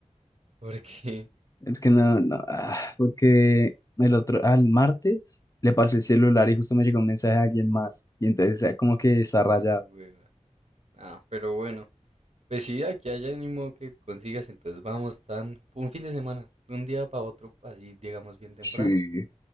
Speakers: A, on the right (about 60°); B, on the left (about 25°).
A: porque.
B: Es que no, no, ah, porque el otro, al martes le pasé el celular
A: <laughs> mm,
B: y justo me llegó un mensaje de alguien más. Y entonces ah, como que esa raya,
A: qué hueva. Ah, pero bueno. Pues sí, aquí hay ánimo que consigas, entonces vamos tan un fin de semana, de un día para otro, así llegamos bien temprano,
B: sí,